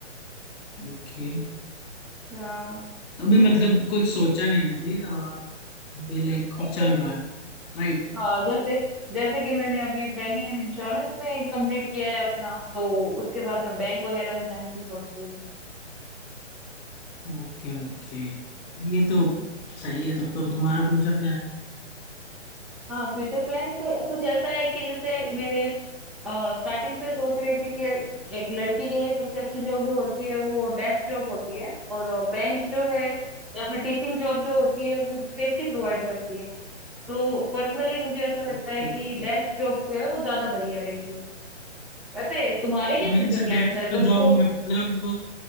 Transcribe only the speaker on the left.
ओके
तो अभी
मतलब
कुछ सोचा नहीं है अभी और अभी लाइक
चल रहा है राइट
Okay okay ये तो
सही है तब तो तुम्हारा future plan
Okay
okay
Means
desk
job मतलब